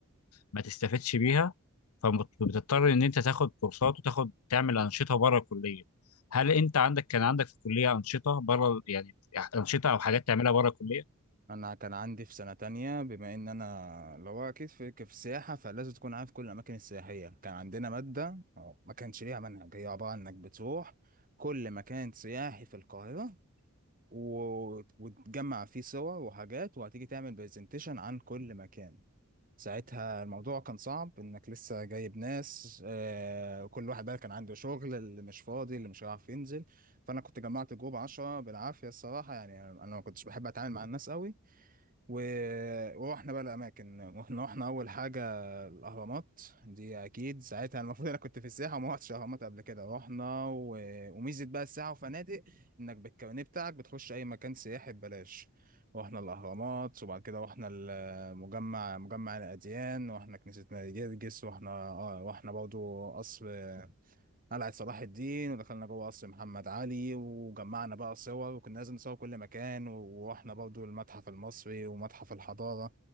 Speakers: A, on the left; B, on the right.
A: ما تستفدش بيها فبتضطر ان انت تاخد كورسات وتاخد تعمل انشطه بره الكليه هل انت عندك كان عندك في الكليه انشطه بره يعني انشطه او حاجات تعملها بره الكليه
B: أنا كان عندي في سنة تانية بما إن أنا اللي هو أكيد في في السياحة فلازم تكون عارف كل الأماكن السياحية كان عندنا مادة أو ما كانش ليها منهج هي عبارة عن إنك بتروح كل مكان سياحي في القاهرة و... وتجمع فيه صور وحاجات وهتيجي تعمل برزنتيشن عن كل مكان ساعتها الموضوع كان صعب انك لسه جايب ناس آه كل واحد بقى كان عنده شغل اللي مش فاضي اللي مش هيعرف ينزل فانا كنت جمعت جروب عشرة بالعافية الصراحة يعني انا ما كنتش بحب اتعامل مع الناس قوي و- ورحنا بقى الأماكن رحنا رحنا أول حاجة الأهرامات دي أكيد ساعتها المفروض أنا كنت في السياحة وما رحتش الأهرامات قبل كده رحنا و... وميزة بقى السياحة وفنادق إنك بالكارنيه بتاعك بتخش أي مكان سياحي ببلاش رحنا الأهرامات وبعد كده رحنا المجمع مجمع الأديان رحنا كنيسة ماري جرجس رحنا آه رحنا برضو قصر قلعة صلاح الدين ودخلنا جوه قصر محمد علي وجمعنا بقى صور وكنا لازم نصور كل مكان ورحنا برضو المتحف المصري ومتحف الحضارة